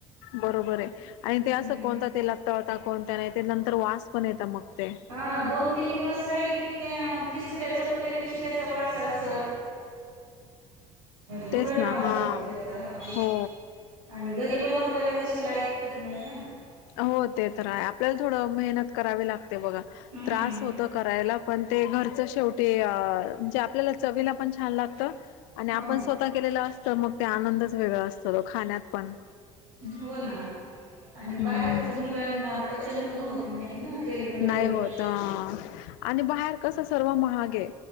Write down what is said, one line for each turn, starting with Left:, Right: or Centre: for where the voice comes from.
Left: बरोबर आहे आणि ते असं
Right: हम्म.
Left: कोणता तेला तळता कोणत्या नाही ते नंतर वास पण येत मग ते.
Right: हा दोन तीन दिवस राहिले की तिसऱ्या चौथ्या दिवशी त्याचा वासा अस घुरट
Left: तेच ना
Right: वास
Left: हा.
Right: येतो त्याचा हा
Left: हो
Right: आणि घरी बनवल्याला कशी त्याला ऐकत नाही ना?
Left: हो ते तर आपल्याला थोडं मेहनत करावी लागते बघा
Right: हम्म
Left: त्रास होत करायला पण ते घरचं शेवटी म्हणजे आपल्याला चवीला पण छान लागत. आणि
Right: हो
Left: आपण
Right: ना.
Left: स्वतः केलेलं असत मग ते आनंदच वेगळ असत तो खाण्यात पण.
Right: हो ना आणि
Left: हम्म.
Right: बाहेरच मुलांना पचन पण होत नाही. ना तेलकट
Left: नाही होत आणि बाहेर कसं सर्व महागये